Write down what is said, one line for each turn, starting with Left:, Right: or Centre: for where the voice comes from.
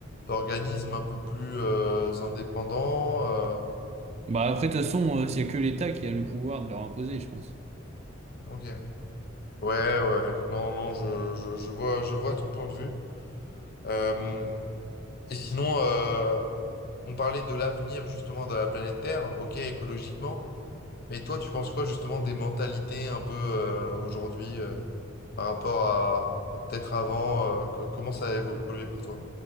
Left: d'organismes un peu plus euh, indépendants. euh,
Right: Bah, après, de toute façon, euh, il y a que l'État qui a le pouvoir de leur imposer, je pense.
Left: ok. Ouais, ouais. Non, non, je, je, je vois, je vois ton point de vue. Euh, et sinon, euh, on parlait de l'avenir justement de la planète Terre, ok, écologiquement. Mais toi, tu penses quoi justement des mentalités un peu euh, aujourd'hui euh, par rapport à, à peut-être avant, euh, co- comment ça a évolué pour toi?